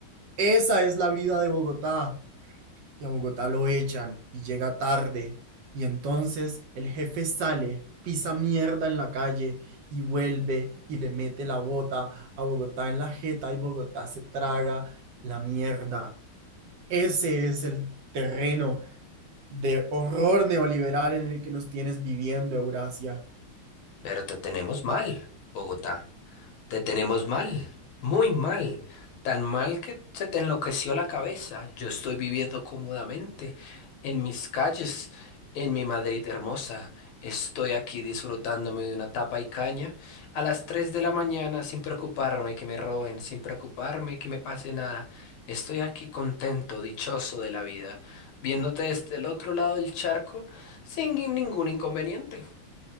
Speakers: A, on the right; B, on the left.
A: Esa es la vida de Bogotá. Y a Bogotá lo echan y llega tarde. Y entonces el jefe sale, pisa mierda en la calle y vuelve y le mete la bota a Bogotá en la jeta y Bogotá se traga la mierda. Ese es el terreno de horror neoliberal en el que nos tienes viviendo, Eurasia.
B: pero te tenemos mal, Bogotá. Te tenemos mal, muy mal, tan mal que se te enloqueció la cabeza. Yo estoy viviendo cómodamente en mis calles, en mi Madrid hermosa. Estoy aquí disfrutándome de una tapa y caña a las 3 de la mañana sin preocuparme que me roben, sin preocuparme que me pase nada. Estoy aquí contento, dichoso de la vida, viéndote desde el otro lado del charco sin ningún inconveniente.